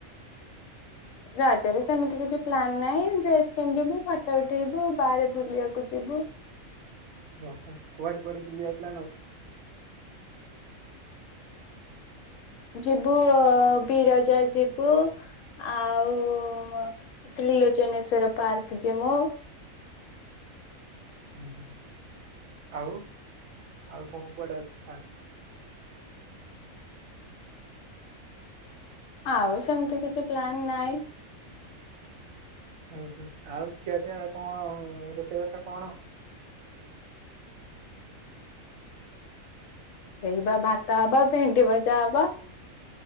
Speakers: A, on the left (about 70°); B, on the right (about 80°).
A: ରଜରେ ସେମିତି କିଛି ପ୍ଲାନ ନାହିଁ ଡ୍ରେସ୍ ପିନ୍ଧିବୁ ଫଟୋ ଉଠେଇବୁ ବାହାରେ ବୁଲିବାକୁ ଯିବୁ।
B: ଓହ କୁଆଡେ କୁଆଡେ ବୁଲିବା ପ୍ଲାନ ଅଛି?
A: ଯିବୁ ଅ ବିରଜା ଯିବୁ ଆଉ ତ୍ରିଲୋଚନେଶ୍ଵର ପାର୍କ ଯିମୁଁ
B: ହୁଁ ହୁଁ। ଆଉ ଆଉ କଣ କୁଆଡେ ଅଛି
A: ଆଉ ସେମିତି କିଛି ପ୍ଲାନ ନାଇଁ
B: ହୁଁ ହୁଁ ଆଉ ଖିଆ ପିଆ କଣ ରୋଷେଇବାସ କଣ?
A: ସେଇ ବା ଭାତ ହବ ଭେଣ୍ଡି ଭଜା ହବ।